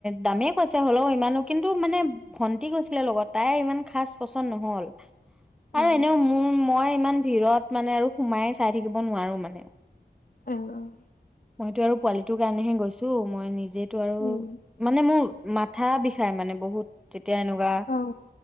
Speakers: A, in the centre; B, on the left.
A: দামেই কৈছে হ'লও ইমানো কিন্তু মানে ভন্টি গৈছিলে লগত তাই ইমান খাজ পচন নহল
B: অ',
A: আৰু এনেও মোৰ মই ইমান ভিৰত মানে আৰু সোমাই চাই থাকিব কব নোৱাৰো মানে
B: অ',
A: মইতো আৰু পোৱালি টো কাৰণেহে গৈছো মই নিজে আৰু
B: উম
A: মানে মোৰ মাথা বি চাই মানে বহুত এতিয়া এনেকুৱা
B: অ',